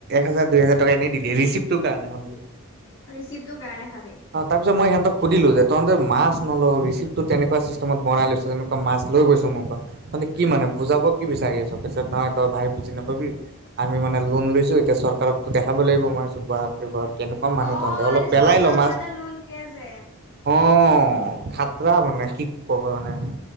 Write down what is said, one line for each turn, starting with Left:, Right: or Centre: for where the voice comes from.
Right: হাজাৰ দুই হাজাৰ টকা এনেই দি দিয়ে ৰিচিপ্টটোৰ কাৰণে অ'নলি।
Left: ৰিচিপটটোৰ কাৰণে খালি।
Right: অ' তাৰপিছত মই সিহঁতক সধিলো যে তহঁতে মাছ নলৱ, ৰিচিপটটো তেনেকুৱা চিষ্টেত বনাই লৈছ, তেনেকুৱা মাছ লৈছে মোক মানে কি
Left: উম
Right: মানে বুজাব কি বিচাৰি আছঁ, পিছে নহয় তই ভাই বুজি নাপাবি, আমি মানে লোন লৈছোঁ এতিয়া চৰকাৰক দেখাব লাগিব, মই বোলো বাপ ৰে' বাপ কেনেকুৱা মানুহ
Left: অ',
Right: তঁহতে অলপ
Left: এই
Right: পেলাই
Left: চৰকাৰৰ
Right: ল মাছ।
Left: পৰা যে লোন দিয়ে যে।
Right: অ' খাটৰা
Left: অ
Right: মানে কি ক'বা মানে